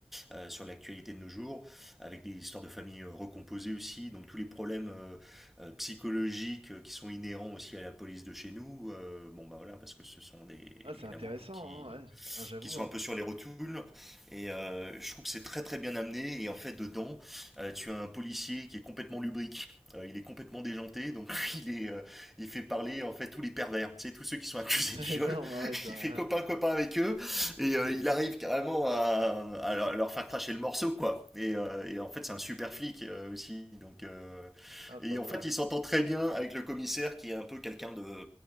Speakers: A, in the centre; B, on the right (about 75°).
A: euh, sur l'actualité de nos jours, avec des histoires de familles euh, recomposées aussi. Donc tous les problèmes euh, euh, psychologiques euh, qui sont inhérents aussi à la police de chez nous. euh, bon bah voilà, parce que ce sont des,
B: Ah, c'est
A: il
B: intéressant,
A: y en a beaucoup qui
B: hein, ouais. Ah, j'avoue,
A: qui sont
B: hein.
A: un peu sur les rotules. Et euh, je trouve que c'est très très bien amené. Et en fait, dedans, euh, tu as un policier qui est complètement lubrique. Euh, il est complètement déjanté, donc <laughs> il est, euh, il fait parler en fait tous les pervers, tu sais, tous ceux qui sont accusés
B: <laughs>
A: de viol.
B: Énorme, ah ouais,
A: <laughs>
B: c'est un-
A: Il fait copain copain avec eux et euh, il arrive carrément à, à leur- faire cracher le morceau quoi. Et, euh, et en fait c'est un super flic euh, aussi, donc euh,
B: Ah, pas
A: et
B: mal.
A: en fait il s'entend très bien avec le commissaire qui est un peu quelqu'un de